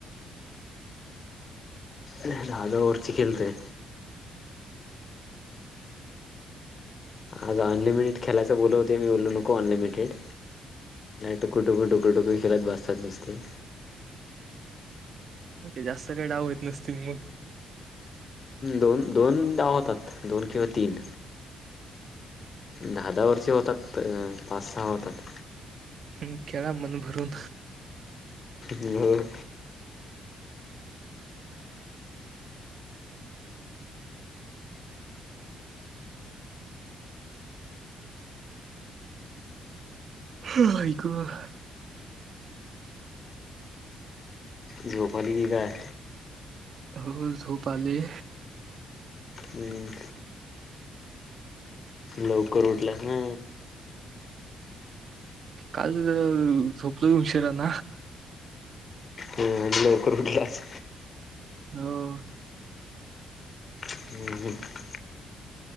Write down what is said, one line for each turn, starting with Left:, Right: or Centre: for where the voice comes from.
Left: दहा दहा ओव्हरची खेलतय. आज अनलिमिटेड खेलायचं बोलत होते, मी बोललो नको अनलिमिटेड टुकू टुक टुक टुकू टुकू खेलत बसतात नुसते.
Right: जास्त काय डाव येत नसतील मग?
Left: दोन दोन डाव होतात दोन किंवा तीन. दहा दहा ओवरचे होतात पाच सहा होतात.
Right: हम्म, खेळा मन भरून.
Left: हो.
Right: हा आई ग.
Left: झोप आली की काय?
Right: होय झोप आली.
Left: हम्म, लव कर उठला ना.
Right: काल ते जरा झोपलो उशीरान.
Left: हम्म, आणि लवकर उठलीयास?
Right: हो.
Left: <unintelligible>